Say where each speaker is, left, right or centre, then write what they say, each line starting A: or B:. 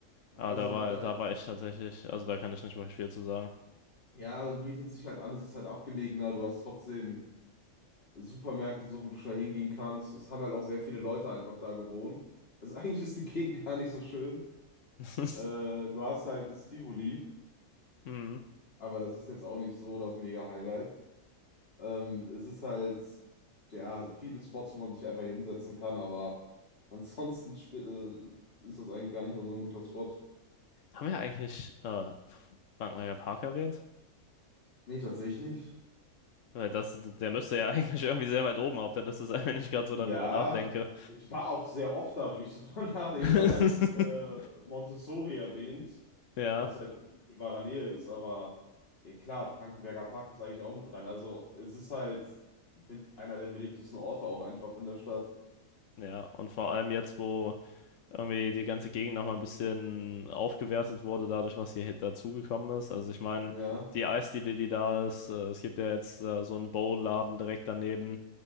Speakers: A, on the left; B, on the left.
A: Aber
B: Also,
A: da war,
B: da,
A: da war ich tatsächlich, also da kann ich nicht wirklich viel zu sagen.
B: ja, bietet sich halt an, es ist halt abgelegener, du hast trotzdem Supermärkte, und so wo du schnell hingehen kannst. Es haben halt auch sehr viele Leute einfach da gewohnt. Also, <laughs> eigentlich ist die Gegend gar nicht so schön.
A: <laughs>
B: Äh, du hast halt das Tivoli,
A: Mhm.
B: aber das ist jetzt auch nicht so das Mega-Highlight. Ähm, es ist halt, ja, viele Spots, wo man sich einfach hinsetzen kann, aber ansonsten spri- äh, ist das eigentlich gar nicht mehr so ein guter Spot.
A: Haben wir eigentlich äh, Frank-Meyer-Park erwähnt?
B: Nee, tatsächlich nicht.
A: Weil das, der müsste ja <laughs> eigentlich irgendwie sehr weit oben auf der Liste sein, wenn ich gerade so
B: Ja,
A: darüber nachdenke.
B: ich war auch sehr oft da, wenn ich so <laughs> dran nachdenke.
A: <laughs>
B: Ich habe halt äh, Montessori erwähnt,
A: Ja,
B: was halt in unmittelbarer Nähe ist, aber ja klar, Frankenberger Park muss eigentlich auch mit rein. Also es ist halt mit einer der beliebtesten Orte auch einfach in der Stadt.
A: ja. Und vor allem jetzt, wo irgendwie die ganze Gegend nochmal ein bisschen aufgewertet wurde, dadurch, was hier dazugekommen ist. Also ich meine,
B: Ja.
A: die Eisdiele, die da ist, äh, es gibt ja jetzt äh, so einen Bowl-Laden direkt daneben.